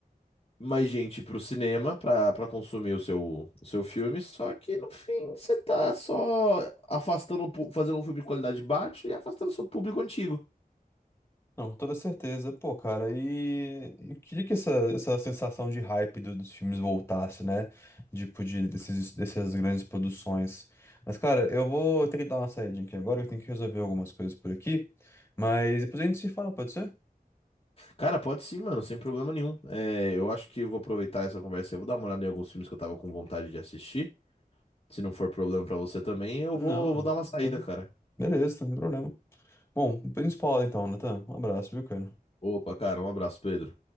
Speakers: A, on the left (about 35°); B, on the left (about 15°).
A: mais gente pro cinema pra, pra consumir o seu, o seu filme, só que no fim você tá só afastando, o pu- fazendo um filme de qualidade baixa e afastando seu público antigo.
B: Não, com toda certeza. Pô, cara, e e eu queria que essa, essa sensação de hype do- dos filmes voltasse, né? Tipo, de, desses, dessas grandes produções. Mas, cara, eu vou ter que dar uma saída aqui agora, eu tenho que resolver algumas coisas por aqui. Mas depois a gente se fala, pode ser?
A: Cara, pode sim, mano, sem problema nenhum. É, eu acho que eu vou aproveitar essa conversa e vou dar uma olhada em alguns filmes que eu tava com vontade de assistir. Se não for problema pra você também, eu
B: Não,
A: vou, vou dar uma saída,
B: agora-
A: cara.
B: beleza, não tem problema. Bom, depois a gente fala então, Natan. Um abraço, viu, cara?
A: Opa, cara, um abraço, Pedro.